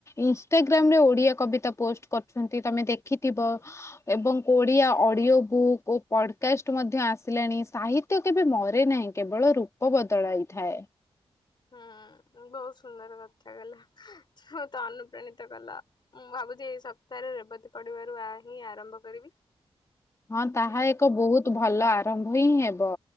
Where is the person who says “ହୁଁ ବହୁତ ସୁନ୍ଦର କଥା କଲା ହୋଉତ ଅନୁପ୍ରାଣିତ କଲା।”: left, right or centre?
Left